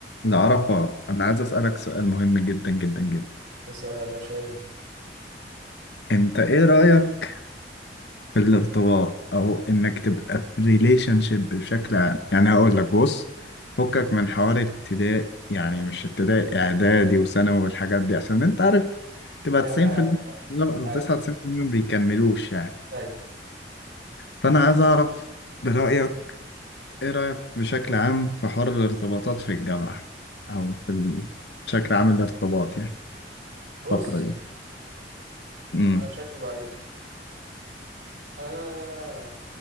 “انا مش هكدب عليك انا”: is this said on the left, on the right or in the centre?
Right